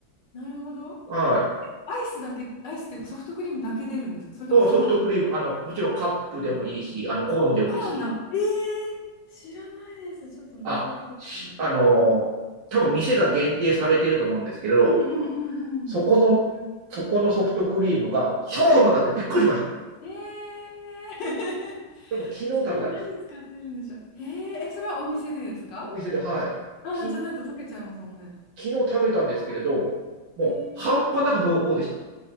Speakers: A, on the left (about 65°); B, on the right (about 70°).
A: なるほど。
B: はい。
A: アイスだけ、アイスっていうかソフトクリームだけ出るんですかそれともフロートみたいな。
B: おソフトクリーム、あの、もちろんカップでもいいし、あの、コーンでもいいし。
A: あ、そうなんだ。ええ知らないです。ちょっと覗いてこっちに。
B: あ、しあの多分店が限定されてると思うんですけど、
A: うん。うんうんうんうん。
B: そこの、
A: うん
B: そこのソフトクリームが超うまかった。
A: うん
B: びっくりしました。
A: うん。ええ <laughs>
B: それも昨日食べたんですよ。
A: そう、何使ってるんでしょう。へえ、え、それはお店でですか
B: お店で、はい。
A: ああー、
B: き、
A: じゃないと溶けちゃいますもんね。
B: うん、昨日食べたんですけれど、
A: あ
B: もう半端なく濃厚でした。
A: へえー